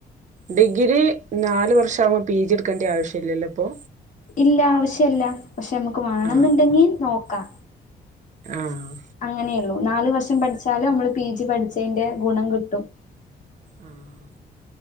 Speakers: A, on the right (about 45°); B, on the left (about 45°).
A: ഡിഗ്രി നാല് വർഷാവു മ്പൊ പി ജി എടുക്കേണ്ട ആവശ്യല്ല ല്ലോ പ്പൊ
B: ഇല്ല ആവശ്യല്ല പക്ഷെ നമുക്ക് വേണന്ന്ണ്ടെങ്കി
A: ആ
B: നോക്കാം
A: ആഹ്
B: അങ്ങനെയുള്ളൂ നാല് വർഷം പഠിച്ചാല് നമ്മള് പി ജി പഠിച്ചയിന്റെ ഗുണം കിട്ടും
A: ആഹ്